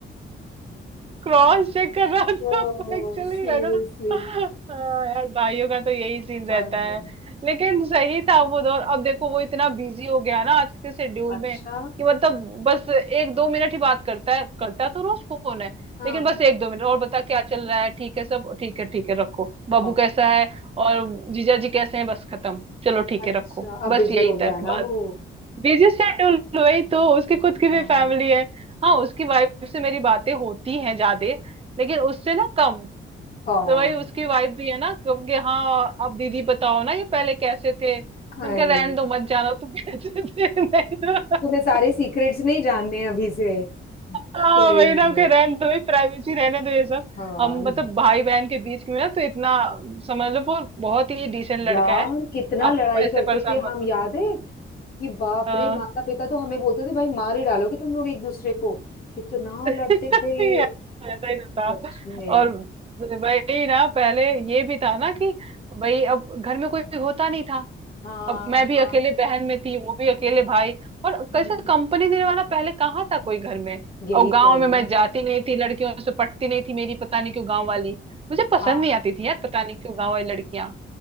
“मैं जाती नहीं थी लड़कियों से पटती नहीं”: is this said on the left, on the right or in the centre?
Right